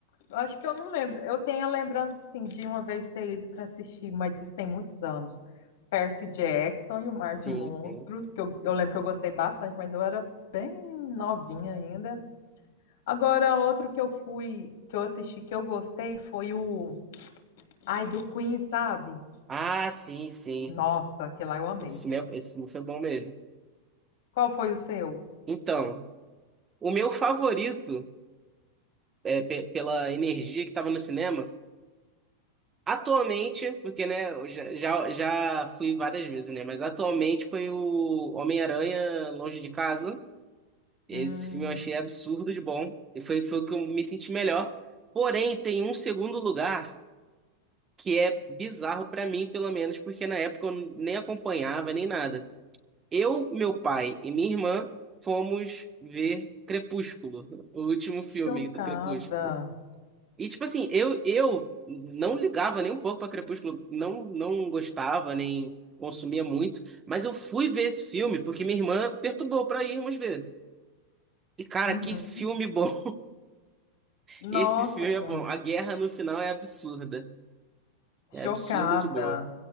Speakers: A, on the left; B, on the right.
A: Eu Acho que eu não lembro. Eu tenho a lembrança, assim, de uma vez ter ido para assistir, mas isso tem muitos anos. Percy Jackson e o Mar
B: Sim,
A: de Monstros,
B: sim.
A: que eu, eu lembro que eu gostei bastante, mas eu era bem novinha ainda. Agora, outro que eu fui, que eu assisti, que eu gostei, foi o. Ai, do Queen, sabe?
B: Ah, sim, sim.
A: Nossa, aquele lá eu amei.
B: Esse filme, é- esse filme foi bom mesmo.
A: Qual foi o seu?
B: Então, o meu favorito. é, pe- pela energia que estava no cinema. Atualmente, porque né, eu já, já, já fui várias vezes, né? Mas atualmente foi o Homem-Aranha Longe de Casa. Esse
A: Hum,
B: filme eu achei absurdo de bom. E foi, foi o que eu me senti melhor. Porém, tem um segundo lugar que é bizarro pra mim, pelo menos, porque na época eu nem acompanhava nem nada. Eu, meu pai e minha irmã fomos ver Crepúsculo, o último filme
A: chocada.
B: do Crepúsculo. E, tipo assim, eu, eu não ligava nem um pouco pra Crepúsculo, não, não gostava, nem consumia muito, mas eu fui ver esse filme porque minha irmã perturbou pra irmos ver. E, cara,
A: Uhum.
B: que filme bom! <laughs>
A: Nossa,
B: Esse filme
A: gente,
B: é bom. A guerra no final é absurda. É
A: chocada.
B: absurda de boa.